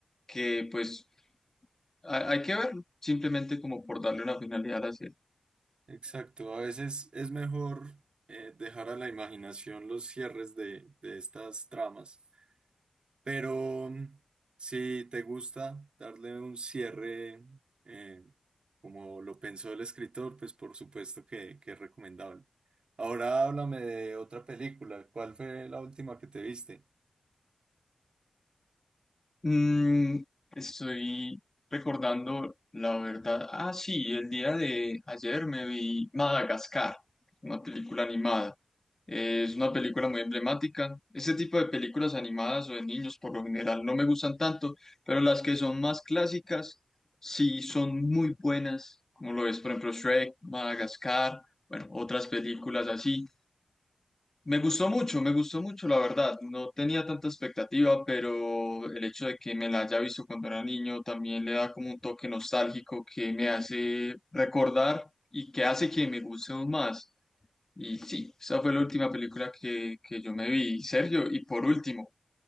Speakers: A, on the left; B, on the right.
A: que pues ha- hay que verlo, simplemente como por darle una finalidad a la serie.
B: Exacto, a veces es mejor eh, dejar a la imaginación los cierres de, de estas tramas, pero mm, si te gusta darle un cierre eh, como lo pensó el escritor, pues por supuesto que, que es recomendable. Ahora háblame de otra película, ¿cuál fue la última que te viste?
A: Mm, estoy recordando la verdad. Ah, sí, el día de ayer me vi Madagascar, una película animada. Eh, es una película muy emblemática. Ese tipo de películas animadas o de niños por lo general no me gustan tanto, pero las que son más clásicas sí son muy buenas, como lo es, por ejemplo, Shrek, Madagascar, bueno, otras películas así. Me gustó mucho, me gustó mucho, la verdad. No tenía tanta expectativa, pero el hecho de que me la haya visto cuando era niño también le da como un toque nostálgico que me hace recordar y que hace que me guste aún más. Y sí, esa fue la última película que, que yo me vi, Sergio. Y por último,